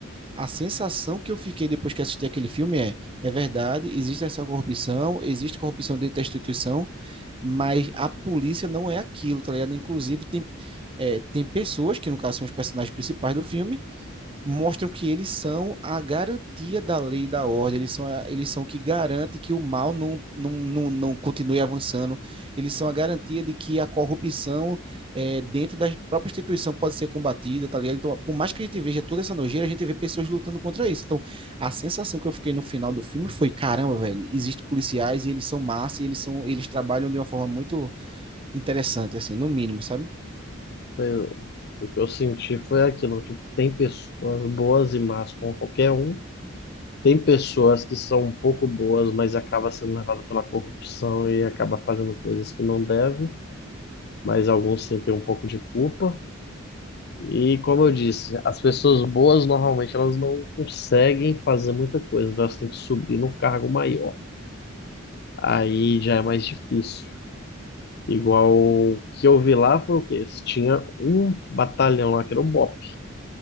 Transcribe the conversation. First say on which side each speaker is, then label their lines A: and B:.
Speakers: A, on the right; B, on the left.
A: a sensação que eu fiquei depois que assisti aquele filme é, é verdade, existe essa corrupção, existe corrupção dentro da instituição, mas a polícia não é aquilo, tá ligado? Inclusive, tem, é, tem pessoas, que no caso são os personagens principais do filme, mostram que eles são a garantia da lei e da ordem, eles são, a- eles são o que garante que o mal não, não, não, não continue avançando, eles são a garantia de que a corrupção eh, dentro da própria instituição pode ser combatida, tá ligado? Então, por mais que a gente veja toda essa nojeira, a gente vê pessoas lutando contra isso. Então, a sensação que eu fiquei no final do filme foi, caramba, velho, existem policiais e eles são massa e eles são, eles trabalham de uma forma muito interessante, assim, no mínimo, sabe?
B: Foi- o que eu senti foi aquilo, tipo, tem pessoas boas e más como qualquer um. Tem pessoas que são um pouco boas, mas acaba sendo levado pela corrupção e acaba fazendo coisas que não deve, mas alguns sentem um pouco de culpa. E como eu disse, as pessoas boas normalmente elas não conseguem fazer muita coisa, então elas têm que subir num cargo maior. Aí já é mais difícil. Igual o que eu vi lá foi o quê? Tinha um batalhão lá que era o BOP.